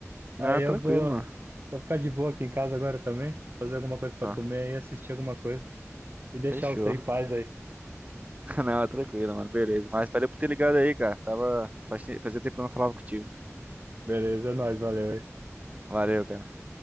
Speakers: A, on the right; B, on the right.
A: Aí
B: Ah,
A: eu
B: tranquilo,
A: vou,
B: mano.
A: vou ficar de boa aqui em casa agora também, fazer alguma coisa pra
B: Não,
A: comer e assistir alguma coisa e deixar
B: fechou.
A: você em paz aí.
B: <laughs> Não, tranquilo, mano. Beleza. Mas valeu por ter ligado aí, cara. Tava. faz te- Fazia tempo que eu não falava contigo.
A: Beleza, é nóis, valeu.
B: Valeu, cara.